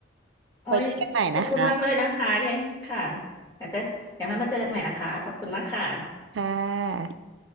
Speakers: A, on the left (about 15°); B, on the right (about 70°).
A: โอ้ยขอบคุณมากเลยนะคะเนี่ยค่ะ
B: ไว้เจอกันใหม่นะคะ
A: เดี๋ยวจะเดี๋ยวค่อยมาเจอกันใหม่นะคะขอบคุณมากค่ะ
B: ค่ะ